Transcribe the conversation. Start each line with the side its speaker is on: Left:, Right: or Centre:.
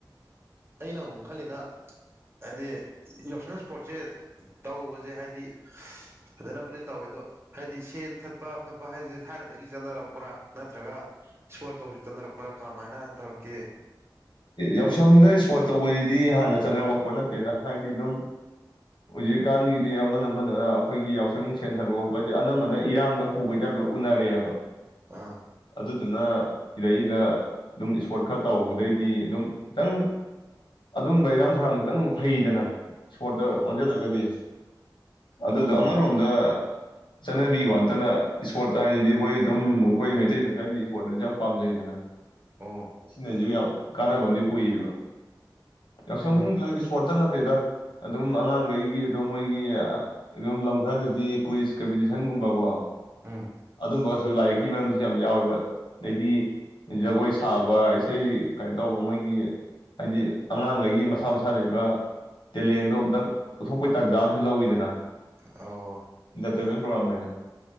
Right: ꯑꯩꯅ ꯑꯃꯨꯛ ꯈꯜꯂꯤꯅ ꯍꯥꯏꯗꯤ ꯌ ꯏꯁꯄꯣꯔꯠꯁꯦ ꯇꯧꯕ ꯁꯦ ꯍꯥꯏꯗꯤ ꯐꯖꯅꯕꯨꯗꯤ ꯇꯧꯋꯦ ꯑꯗꯣ ꯍꯥꯏꯗꯤ ꯁꯦꯟ ꯊꯠꯄ ꯈꯣꯠꯄ ꯍꯥꯏꯁꯦ ꯊꯥꯏꯅꯗꯒꯤ ꯆꯠꯅꯔꯛꯄ꯭ꯔꯥ ꯅꯠꯇ꯭ꯔꯒ ꯏꯁꯄꯣꯔꯠ ꯇꯧꯕꯁꯤ ꯆꯠꯅꯔꯛꯄ꯭ꯔꯥ ꯀꯃꯥꯏꯅ ꯇꯧꯔꯛꯀꯦ
Left: ꯌꯥꯎꯁꯪꯗ ꯏꯁꯄꯣꯔꯠ ꯇꯧꯕꯁꯤꯗꯤ ꯍꯥꯟꯅ ꯆꯪꯉꯛꯄ ꯄꯣꯠ ꯅꯠꯇꯦꯗ ꯍꯥꯏꯗꯤ ꯑꯗꯨꯝ ꯍꯧꯖꯤꯛꯀꯥꯟꯒꯤꯗꯤ ꯑꯃꯅ ꯑꯃꯅꯅ ꯑꯩꯈꯣꯏꯒꯤ ꯌꯥꯎꯁꯪ ꯁꯦꯟꯊꯥꯗꯣꯛ ꯈꯣꯠꯄ ꯍꯥꯏꯁ ꯑꯅꯝꯕꯅ ꯏꯔꯥꯡꯗ ꯄꯨꯕꯩ ꯇꯥꯏꯞꯇ ꯎꯅꯔꯦꯕ
Right: ꯑꯥ
Left: ꯑꯗꯨꯗꯨꯅ ꯁꯤꯗꯩꯗ ꯑꯗꯨꯝ ꯏꯁꯄꯣꯔꯠ ꯈꯔ ꯇꯧꯕꯗꯩ ꯗꯤ ꯑꯗꯨꯝ ꯈꯤꯇꯪ ꯑꯗꯨꯝꯕ ꯏꯔꯥꯡ ꯈꯔꯝꯗꯣ ꯈꯤꯇꯪ ꯐꯩꯗꯅ ꯏꯁꯄꯣꯔꯠꯇ
Right: ꯑꯣ
Left: ꯑꯣꯟꯁꯤꯜꯂꯒꯗꯤ ꯑꯗꯨꯗꯣ
Right: ꯑꯣ
Left: ꯑꯃꯔꯣꯝꯗ ꯆꯠꯅꯕꯤ ꯋꯥꯟꯇꯅ ꯏꯁꯄꯣꯔꯠ ꯍꯥꯏꯁꯤꯗꯤ ꯑꯩꯈꯣꯏ ꯑꯗꯨꯝ ꯑꯩꯈꯣꯏ ꯃꯩꯇꯩ ꯃꯇꯩꯗꯤ ꯏꯁꯄꯣꯔꯠꯇꯁꯨ ꯌꯥꯝ ꯄꯥꯝꯖꯩꯗꯅ
Right: ꯑꯣ
Left: ꯁꯤ ꯅꯖ ꯌꯥꯝꯌꯥꯝ ꯀꯥꯟꯅꯕ ꯑꯝꯗꯤ ꯄꯨꯌꯦꯕ ꯌꯥꯎꯁꯪ
Right: ꯑꯣ
Left: <unintelligible> ꯏꯁꯄꯣꯔꯠꯇ ꯅꯠꯇꯦꯗ ꯑꯗꯨꯝ ꯑꯉꯥꯡꯈꯩꯒꯤ ꯑꯗꯨꯝ ꯃꯣꯏꯒꯤ ꯑꯗꯨꯝ ꯂꯝ ꯈꯔꯗꯗꯤ ꯀꯨꯏꯁ ꯀꯝꯄꯤꯇꯤꯁꯟꯒꯨꯝꯕꯀꯣ
Right: ꯎꯝ
Left: ꯑꯗꯨꯝ ꯁꯨ ꯂꯥꯏꯔꯤꯛꯀꯤ ꯃꯔꯝꯗꯁꯨ ꯌꯥꯝ ꯌꯥꯎꯋꯦꯕ ꯑꯗꯩꯗꯤ ꯖꯒꯣꯏ ꯁꯥꯕ ꯏꯁꯩ ꯀꯩꯅꯣ ꯇꯧꯕ ꯃꯣꯏꯒꯤ ꯍꯥꯏꯗꯤ ꯑꯉꯥꯡꯈꯩꯒꯤ ꯃꯁꯥ ꯃꯁꯥ ꯂꯩꯕ ꯇꯦꯂꯦꯟꯗꯣ ꯑꯝꯇꯪ ꯎꯠꯊꯣꯛꯄꯩ ꯇꯥꯟꯖꯥ ꯑꯃꯁꯨ ꯂꯧꯋꯤꯗꯅ
Right: ꯑꯣ
Left: <unintelligible> ꯇꯦꯟꯃꯦꯟ ꯄ꯭ꯔꯣꯒꯥꯝ ꯑꯣꯏꯅ